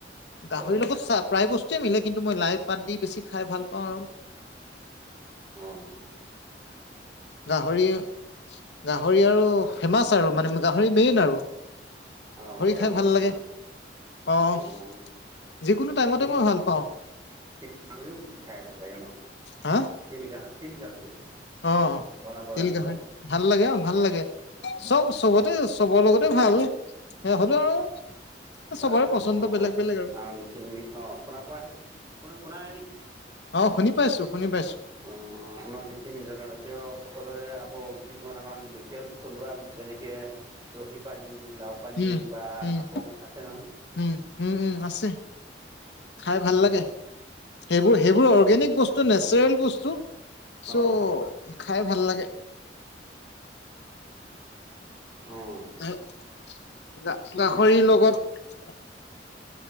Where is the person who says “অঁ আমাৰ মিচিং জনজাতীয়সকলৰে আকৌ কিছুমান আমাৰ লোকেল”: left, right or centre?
Right